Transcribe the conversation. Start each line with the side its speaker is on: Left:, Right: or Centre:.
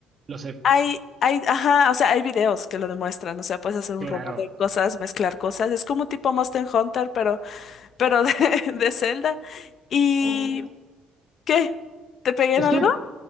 Right: lo sé,
Left: Hay, hay, ajá, o sea, hay videos que lo demuestran, o sea, puedes hacer un
Right: claro.
Left: robot de cosas, mezclar cosas, es como tipo Monster Hunter, pero, pero de, <laughs> de Zelda. ¿Y
Right: Oh,
Left: qué? ¿Te pegué en
Right: es
Left: algo?
Right: que,